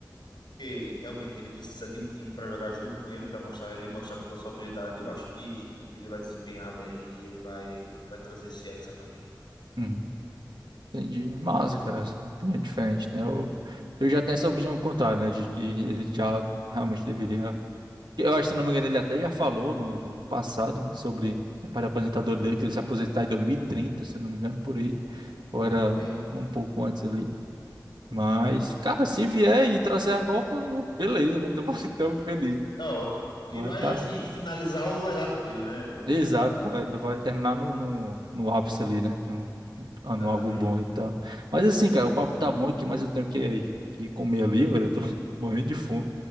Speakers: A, on the left; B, on the right.
A: porque realmente ele precisa de um time para jogar junto com ele, para mostrar ele mostrar toda a sua habilidade, eu acho que ele vai desempenhar bem e ele vai vai trazer esse Hexa pra gente.
B: Uhum. Entendi. Massa, cara, essa opinião é diferente, né? Eu, eu já tenho essa opinião contrária, né? De que ele já realmente deveria Eu acho, se não me engano, ele até já falou no, no passado, né, sobre a parte aposentadora dele, que ele se aposentar em 2030, se eu não me engano, por aí. Ou era
A: Tem,
B: um pouco antes ali. Mas, cara, se vier e trouxer a Copa, beleza, né? Tamo, <laughs> tamo feliz.
A: tá ótimo. E
B: Mas
A: vai
B: tá.
A: assim finalizar o legado dele, né, no,
B: Exato,
A: no futebol.
B: vai, vai terminar no, no, no ápice ali, né? No,
A: Exatamente.
B: no algo bom e tal. Mas assim, cara, o papo tá bom aqui, mas eu tenho que, que comer ali, velho. Eu tô <laughs> morrendo de fome.